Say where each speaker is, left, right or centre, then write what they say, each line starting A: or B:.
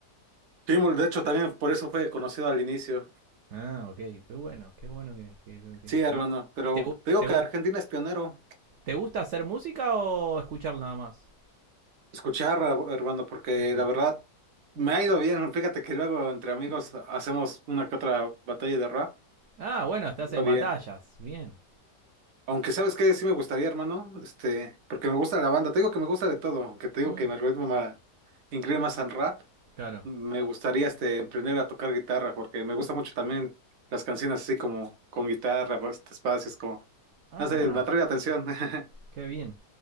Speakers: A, on the right (about 65°); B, on the right (about 85°).
A: Pitbull, de hecho, también por eso fue conocido al inicio.
B: Ah, ok, qué bueno, qué bueno que... que- que-
A: Sí, hermano,
B: ¿Y,
A: pero
B: y te,
A: te digo
B: te,
A: que Argentina es pionero.
B: te gusta hacer música o escuchar nada más?
A: escuchar, hermano, porque
B: Ok.
A: la verdad me ha ido bien. Fíjate que luego entre amigos hacemos una que otra batalla de rap.
B: Ah, bueno, estás
A: me Va
B: en
A: bien.
B: batallas, bien.
A: Aunque sabes que sí me gustaría, hermano, este, porque me gusta la banda. Te digo que me gusta de todo, aunque te digo
B: Mm,
A: que me ritmo ma- incline más al rap.
B: claro.
A: Me gustaría este emprender a tocar guitarra, porque me gusta mucho también las canciones así como con guitarra, pues, espacios como,
B: Ah,
A: no sé,
B: bueno,
A: me atrae la atención. <laughs>
B: qué bien.